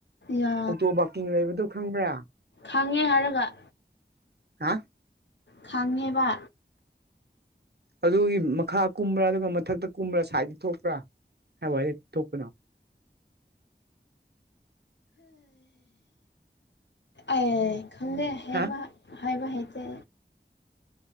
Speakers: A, on the left; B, on the right.
A: ꯌꯥ
B: ꯑꯣꯛꯇꯣ ꯄꯥꯔꯀꯤꯡ ꯂꯩꯕꯗꯣ ꯈꯪꯕ꯭ꯔꯥ
A: ꯈꯪꯉꯦ ꯍꯥꯏꯔꯒ
B: ꯍꯥ
A: ꯈꯪꯉꯦꯕ
B: ꯑꯗꯨꯒꯤ ꯃꯈꯥ ꯀꯨꯝꯕ꯭ꯔꯥ ꯑꯗꯨꯒ ꯃꯊꯛꯇ ꯀꯨꯝꯕ꯭ꯔꯥ ꯁꯥꯏꯗꯇ ꯊꯣꯛꯄ꯭ꯔꯥ ꯀꯥꯏꯋꯥꯏꯗ ꯊꯣꯛꯄꯅꯣ
A: ꯑꯩ ꯈꯪꯗꯦ ꯍꯥꯏꯕ
B: ꯍꯥ
A: ꯍꯥꯏꯕ ꯍꯩꯇꯦ